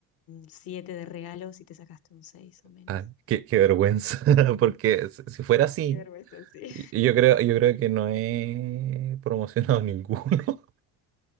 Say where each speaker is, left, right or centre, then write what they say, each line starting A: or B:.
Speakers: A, on the left; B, on the right.
A: siete de regalo si te sacaste un seis o menos.
B: Ah, qué, qué vergüenza. <laughs> Porque si si fuera así,
A: Qué vergüenza, sí.
B: y- yo creo, yo creo que no he promocionado <laughs> ninguno.